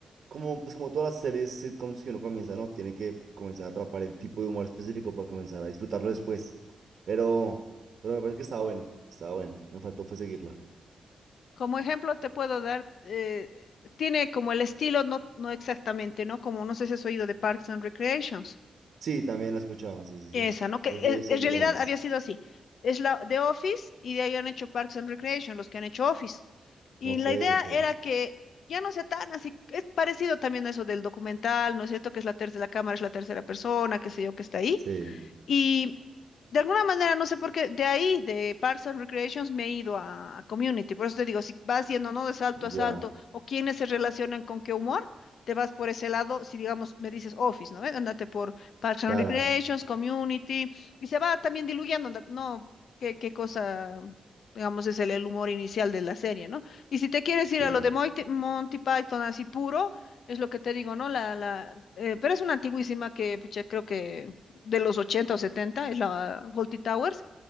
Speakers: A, on the right; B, on the left.
A: como, pues como todas las series sitcoms que uno comienza, ¿no? Tiene que comenzar a atrapar el tipo de humor específico para comenzar a disfrutarlo después. Pero, pero me parece que estaba bueno, estaba bueno, me faltó fue seguirla.
B: como ejemplo, te puedo dar, eh, tiene como el estilo, no, no exactamente, ¿no? Como no sé si has oído de Parks and Recreations.
A: Sí, también la escuchaba, sí, sí,
B: Esa,
A: sí.
B: ¿no? Que
A: Así he
B: eh,
A: visto
B: en
A: algo
B: realidad
A: más.
B: había sido así. Es la de Office y de ahí han hecho Parks and Recreation, los que han hecho Office. Y
A: Ok,
B: la idea
A: ok,
B: era que ya no sea tan así, es parecido también a eso del documental, ¿no es cierto? Que es la tercera, la cámara es la tercera persona, qué sé yo, que está ahí,
A: sí,
B: y de alguna manera, no sé por qué, de ahí, de Parks and Recreations, me he ido a, a Community. Por eso te digo, si vas yendo, ¿no? De salto a salto,
A: ya,
B: o quienes se relacionan con qué humor, te vas por ese lado. Si, digamos, me dices Office, ¿no? ¿Ve? Ándate por Parks and
A: claro,
B: Recreations, Community, y se va también diluyendo, ¿no? no, ¿Qué, qué cosa, digamos, es el, el humor inicial de la serie, ¿no? Y si te quieres
A: sí,
B: ir a lo de Moite- Monty Python así puro, es lo que te digo, ¿no? La, la, eh, pero es una antiguísima que, pucha, creo que de los 80 o 70 es la Fawlty Towers,